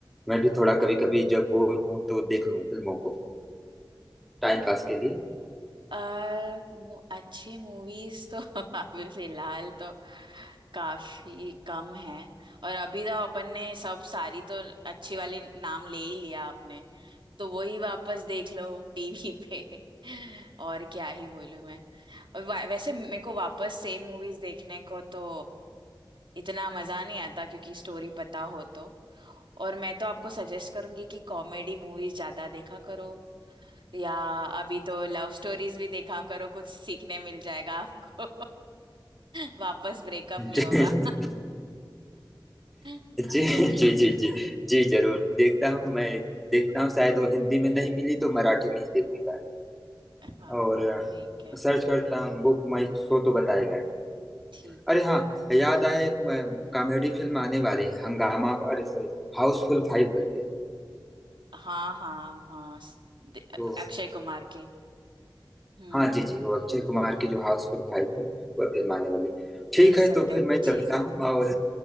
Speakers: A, in the centre; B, on the right (about 70°).
A: मैं भी थोड़ा कभी कभी जब बोर हूं तो देख लूं फिल्मों को टाइम पास के
B: आ, मु- अच्छी मूवीज तो <laughs> अभी फिलहाल तो काफी कम है और अभी तो अपन ने सब सारी तो अच्छी वाली नाम ले ही लिया आपने तो वही वापस देख लो टीवी पे <laughs> और क्या ही बोलूं मैं और वा- वैसे मेरे को वापस सेम मूवीज देखने को तो इतना मजा नहीं आता क्योंकि स्टोरी पता हो तो और मैं तो आपको सजेस्ट करूंगी कि कॉमेडी मूवीज ज्यादा देखा करो या अभी तो लव स्टोरीज भी देखा करो कुछ सीखने मिल जाएगा आपको <laughs> वापस ब्रेकअप नहीं
A: लिए
B: होगा
A: <laughs>
B: <laughs>
A: जी जी जी जी जी जरूर देखता हूँ मैं देखता हूँ शायद वो हिंदी में नहीं मिली तो मराठी में ही देखूंगा
B: हाँ
A: और अ,
B: ठीक है
A: सर्च करता हूँ बुक माई शो तो बताएगा
B: ठीक
A: अरे
B: है
A: हाँ याद आया एक कॉमेडी फिल्म आने वाली है, हंगामा अरे सॉरी हाउसफुल फाइव करके
B: हाँ हाँ हाँ स- दे-
A: तो
B: अक्षय कुमार के हम्म
A: हाँ जी जी वो अक्षय कुमार की जो हाउसफुल फाइव है वो फिल्म आने वाली है। ठीक
B: देख
A: है
B: सकते
A: तो फिर
B: हैं
A: मैं चलता
B: ठीक है
A: हूँ और